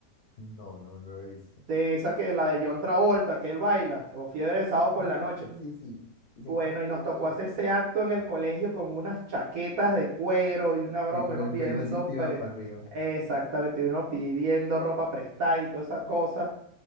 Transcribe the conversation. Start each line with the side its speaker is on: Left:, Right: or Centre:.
Left: no, no lo he visto.
Right: de esa que la de John Travolta, que él baila, o Fiebre de Sábado por
Left: Ah,
Right: la noche.
Left: sí, sí. Dice,
Right: Bueno,
Left: "Oh,
Right: y nos
Left: God,
Right: tocó
Left: you-"
Right: hacer ese acto en
Left: Ya.
Right: el colegio con unas chaquetas de cuero y una broma,
Left: Y con
Right: y uno
Left: el
Right: pidiendo,
Left: pelo así tirado
Right: pre-
Left: para arriba.
Right: exactamente, y uno pidiendo ropa prestada y toda esa cosa.